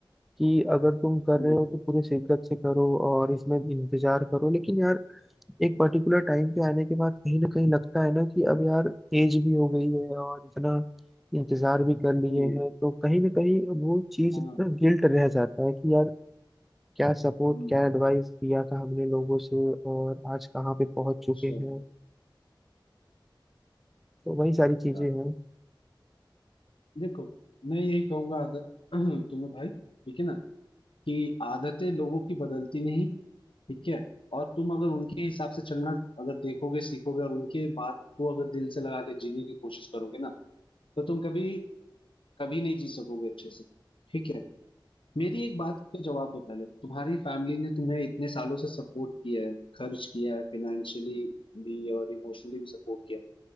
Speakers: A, in the centre; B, on the left.
A: कि अगर तुम कर
B: हम्म
A: रहे हो तो पूरे शिद्दत से करो और इसमें इंतजार करो लेकिन यार एक पर्टिकुलर टाइम पे आने के बाद कहीं ना कहीं लगता है ना कि अब यार एज भी हो गई है और इतना इंतजार भी कर लिए
B: हम्म
A: हैं तो कहीं ना कहीं वो चीज
B: हाँ
A: ना गिल्ट रह जाता है कि यार क्या सपोर्ट
B: हम्म
A: क्या एडवाइस दिया था हमने लोगों से और आज कहाँ पे पहुंच
B: अच्छा
A: चुके हैं तो वही सारी
B: अच्छा।
A: चीजें हैं
B: देखो मैं यही कहूंगा आदत <clears throat> तुम्हें भाई ठीक है ना कि आदतें लोगों की बदलती नहीं ठीक है और तुम अगर उनके हिसाब से चलना अगर देखोगे सीखोगे और उनके बात को अगर दिल से लगा के जीने की कोशिश करोगे ना तो तुम कभी कभी नहीं जी सकोगे अच्छे से ठीक है मेरी एक बात का जवाब दो पहले तुम्हारी फैमिली ने तुम्हें इतने सालों से सपोर्ट किया है खर्च किया है फाइनेंशियली भी और इमोशनली भी सपोर्ट किया है।